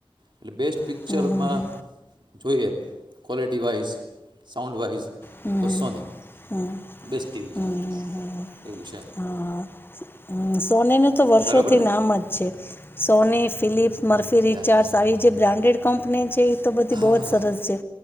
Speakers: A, on the right (about 55°); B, on the left (about 25°).
A: એટલે બેસ્ટ પિક્ચરમાં
B: હમ હમ હમ
A: જોઈએ ક્વૉલિટી વાઇઝ સાઉન્ડ વાઈઝ.
B: હમ હમ
A: તો સોની
B: હમ
A: બેસ્ટ ટીવી
B: હમ
A: છે
B: હમ
A: એવું છે.
B: હા હમ, સોનીનું તો વર્ષોથી
A: બરાબર ને
B: નામ જ છે સોની ફિલિપ. સ્મર્ફી રીચાર્જ
A: યસ
B: આવી જે બ્રાન્ડેડ કંપની છે એ તો બધી
A: હા
B: બહ જ સરસ છે.